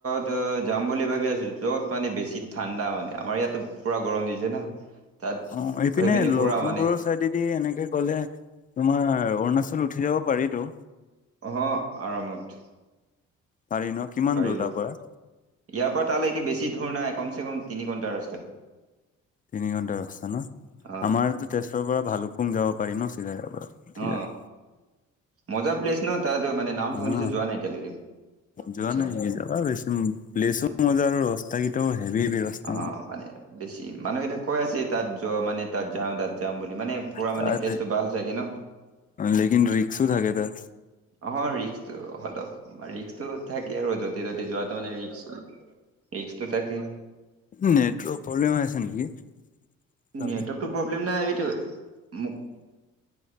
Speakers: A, on the right (about 50°); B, on the left (about 30°).
A: ত যাম বুলি ভাবি আছো য'ত মানে বেছি ঠাণ্ডা মানে আমাৰ ইয়াতো পুৰা গৰম দিছে ন। তাত
B: অ এইপিনে
A: গৈ পিনি
B: লখিমপুৰৰ
A: পুৰা মানে
B: চাইডেদি এনেকে- কলে তোমাৰ অৰুণাচল উঠি যাব পাৰিতো।
A: আহ আৰামত
B: পাৰি ন কিমান
A: পাৰিব
B: দূৰ তাৰ পৰা-
A: ইয়াৰ পৰা তালৈকে বেছি ধূৰ নাই কমচে কম তিনি ঘণ্টা ৰাস্তাত-
B: তিনি ঘণ্টা ৰাস্তা ন-
A: অ
B: আমাৰতো তেজপুৰৰ পৰা ভালুকপুং যাব পাৰি ন চিধাই পৰা উঠি
A: অ
B: যায়
A: মজা প্লেছ ন তাত মানে নামটো শুনিছো
B: অ
A: যোৱা নাই এতিয়ালৈকে
B: যোৱা
A: আচ্ছা
B: নাই যাবা বেছ প্লেছো
A: অ
B: মজা আৰু ৰাস্তা কেইটাও। হেভি হেভি ৰাস্তা
A: অ মানে বেছি মানুহকেইটা কৈ আছে তাত যোৱা মানে তাত যওঁ তাত যাম বুলি মানে- পুৰা
B: তাত
A: মানে প্লেছটো ভাল চাগে ন-
B: লেকিন ৰিক্সো থাকে তাত।
A: অ ৰিক্কটো অলপ ৰিক্কটো থাকে আৰু য'তে ত'তে যোৱাত- মানে ৰিক্কটো ৰিক্কটো থাকে।
B: নেটৱৰ্ক প্ৰব্লেম আছে নেকি? <unintelligible> উ
A: নেটৱৰ্কটো প্ৰব্লেম নাই এইটো মোক